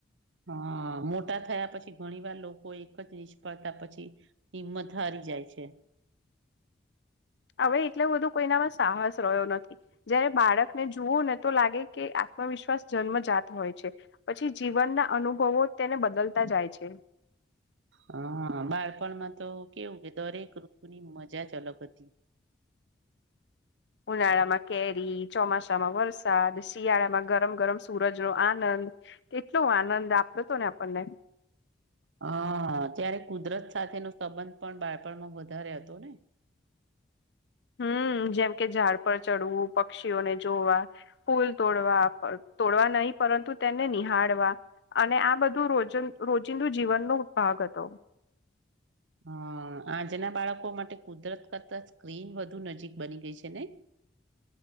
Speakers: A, on the right; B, on the left.
A: હા મોટા થયા પછી ઘણી વાર લોકો એક જ નિષ્ફળતા પછી હિંમત હારી જાય છે.
B: હવે એટલે બધું કોઈનામાં સાહસ રહ્યો નથી. જયારે બાળકને જુઓને તો લાગે કે આત્મવિશ્વાસ જન્મજાત હોય છે. પછી જીવનના અનુભવો તેને બદલતા જાય છે.
A: હા. બાળપણમાં તો કેવું કે દરેક ઋતુની મજા જ અલગ હતી.
B: ઉનાળામાં કેરી, ચોમાસા માં વરસ સાદ, શિયાળામાં ગરમ-ગરમ સૂરજ નો આનંદ, કેટલો આનંદ આપતો તો ને આપણને.
A: હા. ત્યારે કુદરત સાથે નો સંબંધ પણ બાળપણમાં વધારે હતો ને.
B: હમ્મ. જેમ કે ઝાડ પર ચડવું, પક્ષીઓને જોવા ફૂલ તોડવા, તોડવા નહીં પરંતુ તેને નિહાળવા, અને આ બધું રોજિ રોજિંદું જીવનનો ભાગ હતો. <inaudible>
A: હા. આજના બાળકો માટે કુદરત કરતા સ્ક્રીન વધુ નજીક બની ગઈ છે નહીં?